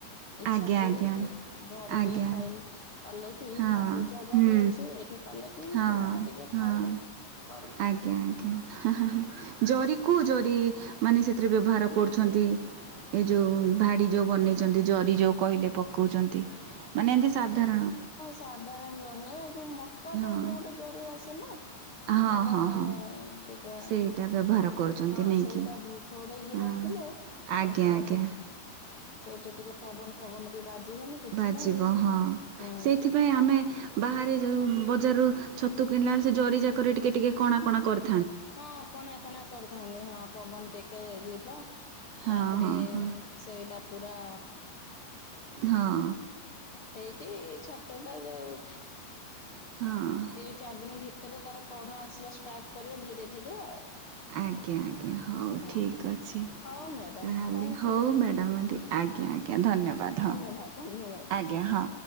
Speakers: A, on the left; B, on the right.
A: ଇଚ୍ଛା
B: ଆଜ୍ଞା
A: କଲି
B: ଆଜ୍ଞା
A: କି ଘରୁ
B: ଆଜ୍ଞା
A: ଟିକେ ଖାଇଲି କଲେ କି
B: ହଁ
A: ତାପରେ ଜାଗା
B: ହୁଁ
A: ବି ଅଛି ଏଇଠେ କଲେ କି
B: ହଁ
A: ପିଲା ଟା ଟିକେ
B: ହଁ
A: ଖାଇବ ତରୁ
B: ଆଜ୍ଞା ଆଜ୍ଞା ହେଁ ହେଁ ଜରି କୁ ଜରି ମାନେ ସେଥିରେ ବ୍ୟବହାର କରୁଛନ୍ତି? ଏ ଯୋଉ ଭାଡ଼ି ଯଉ ବନେଇଚନ୍ତି ଜରି ଯଉ କହିଲେ ପକଉଚନ୍ତି ମାନେ ଏମିତି ସାଧାରଣ
A: <unintelligible> ତା ଟାଇପ
B: ହଁ
A: ର ଗୋଟେ ଜୋରି ଆସେନା
B: ହଁ
A: ପୁରା
B: ହଁ ହଁ
A: ଦେଖ ହଁ
B: ସେଇଟା ବ୍ୟବହାର କରୁଛନ୍ତି ନେଇକି
A: ସେଇଟା ଭୁ ଫୋଡେଇକି
B: ହଁ
A: ରଖିଲେ
B: ଆଜ୍ଞା
A: ଫପୁ ହବ।
B: ଆଜ୍ଞା
A: ସେଇଠି ଟିକେ ପବନ ଫବନ ବି ବାଜିବନି। କିଛି
B: ବାଜିବ
A: ନାହିଁ।
B: ହଁ
A: ହଁ।
B: ସେଥି ପାଇଁ ଆମେ ବାହାରେ ଯଉ ବଜାରରୁ ଛତୁ କିଣିଲା ବେଳେ ସେ ଜରିଯାକରେ ଟିକେ ଟିକେ କଣା କଣା କରି
A: ହଁ କଣା କଣା କରିଥାନ୍ତି ହଁ ପବନ ଟିକେ ଯିବ
B: ହଁ
A: ତାପରେ
B: ହଁ ହଁ
A: ସେଇଟା ପୁରା।
B: ହଁ
A: ଦେଇକି ଛତୁ ଟା ଯଉ
B: ହଁ
A: ତିନି ଚାରି ଦିନ ଭିତରେ ତାର କଢ ଆସିବା ଷ୍ଟାର୍ଟ କରିବ ଧୀରେ ଧୀରେ ଆଉ।
B: ଆଜ୍ଞା ଆଜ୍ଞା ହଉ
A: ହୁଁ।
B: ଠିକ୍ ଅଛି
A: ହଉ ମ୍ୟାଡ଼ାମ
B: ତାହେଲେ
A: ଥ୍ୟାଙ୍କ
B: ହଉ
A: ୟୁ
B: ମ୍ୟାଡ଼ାମ ଏଠ ଆଜ୍ଞା ଆଜ୍ଞା ଧନ୍ୟବାଦ। ହଁ
A: ଧନ୍ୟବାଦ ଧନ୍ୟବାଦ। ମ୍ୟାଡ଼ାମ।
B: ଆଜ୍ଞା ହଁ